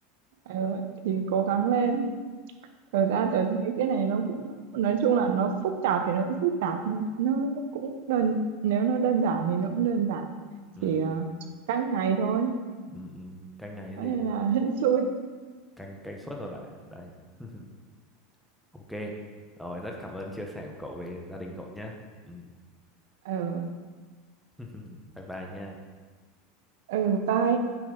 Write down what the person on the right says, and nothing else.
Ờ, thì cố gắng lên. Thật ra tớ thấy cái này nó cũng nói chung là nó phức tạp thì nó cũng phức tạp, nó cũng đơn nếu nó đơn giản thì nó cũng đơn giản,
chỉ, ờ, cách này thôi,
cho
nên là <laughs> hên xui.
Ừ,
ừ, bye.